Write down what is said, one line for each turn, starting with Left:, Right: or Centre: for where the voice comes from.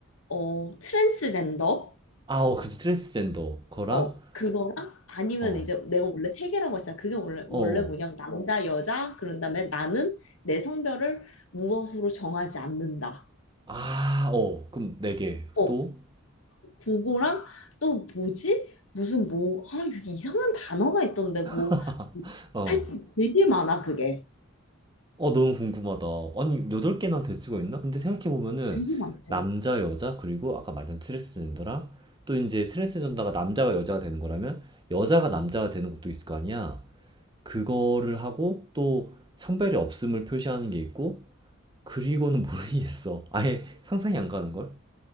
Left: 어, 트랜스젠더.
Right: 아, 어, 그치. 트랜스젠더. 거랑,
Left: 어, 그거랑 아니면
Right: 어,
Left: 이제 내가 원래 세 개라고 했잖아. 그게 원래
Right: 어,
Left: 원래
Right: 어.
Left: 뭐냐면 남자, 여자 그런 다음에 나는 내 성별을 무엇으로 정하지 않는다.
Right: 아, 어. 그럼 네 개.
Left: 어,
Right: 또?
Left: 그거랑 또 뭐지? 무슨 뭐, 아, 이게 이상한 단어가 있던데, 뭐.
Right: <laughs> 어.
Left: 하여튼 되게 많아, 그게.
Right: 어, 너무 궁금하다. 아니, 여덟 개나 될 수가 있나? 근데 생각해보면은,
Left: 되게 많대.
Right: 남자, 여자, 그리고 아까 말한 트랜스젠더랑, 또 이제 트랜스젠더가 남자가 여자가 되는 거라면, 여자가 남자가 되는 것도 있을 거 아니야? 그거를 하고, 또 성별이 없음을 표시하는 게 있고, 그리고는 <laughs> 모르겠어. 아예 상상이 안 가는걸?